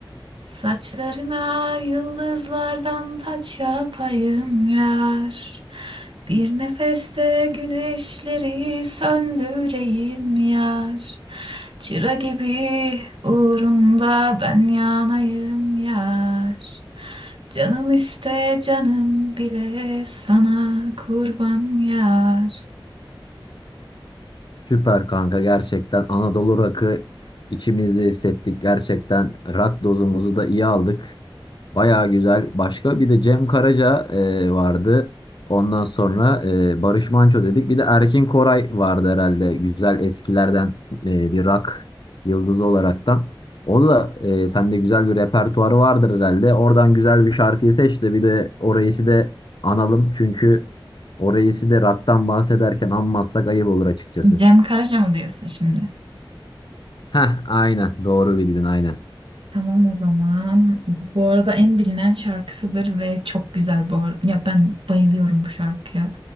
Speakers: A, on the right; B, on the left.
A: Saçlarına yıldızlardan taç yapayım yar. Bir nefeste güneşleri söndüreyim yar. Çıra gibi uğrunda ben yanayım yar. Canım iste canım bile sana kurban yar.
B: Süper kanka gerçekten Anadolu rakı içimizde hissettik. Gerçekten rak dozumuzu da iyi aldık. Baya güzel. Başka bir de Cem Karaca e, vardı. Ondan sonra e, Barış Manço dedik. Bir de Erkin Koray vardı herhalde. Güzel eskilerden e, bir rak yıldızı olaraktan. O da e, sende güzel bir repertuarı vardır herhalde. Oradan güzel bir şarkıyı seç de bir de orayısı da analım. Çünkü orayısı da raktan bahsederken anmazsak ayıp olur açıkçası.
A: Cem Karaca mı diyorsun şimdi?
B: Heh, aynen. Doğru bildin, aynen.
A: Tamam o zaman. Bu arada en bilinen şarkısıdır ve çok güzel bu ar- Ya ben bayılıyorum bu şarkıya.